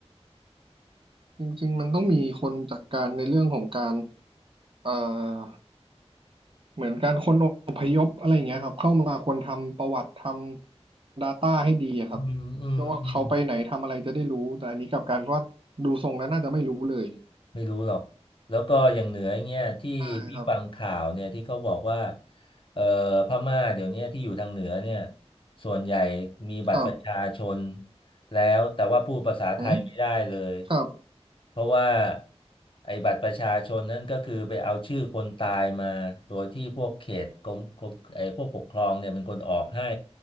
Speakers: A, on the right (about 50°); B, on the left (about 50°).
A: จริงๆมันต้องมีคนจัดการในเรื่องของการเอ่อเหมือนการคนอพยพอะไรอย่างเงี้ยครับเข้ามาควรทำประวัติทำ Data ให้ดีอะครับเพื่อว่าเขาไปไหนทำอะไรจะได้รู้แต่อันนี้กลับกลารว่าดูทรงแล้วน่าจะไม่รู้เลย
B: อืมอืมอืม ไม่รู้หรอก แล้วก็อย่างเหนือเงี้ยที่พี่ฟังข่าวเนี่ยที่เขาบอกว่า
A: ใช่ครับ
B: เอ่อพม่าเดี๋ยวเนี้ยที่อยู่ทางเหนือเนี่ยส่วนใหญ่มีบัตรประชาชน
A: ครับ
B: แล้วแต่ว่าพูดภาษาไทยไม่ได้เลย
A: อืมครับ
B: เพราะว่าไอ้บัตรประชาชนนั่นก็คือไปเอาชื่อคนตายมาโดยที่พวกเขตกรมกรมไอ้พวกปกครองเนี่ยเป็นคนออกให้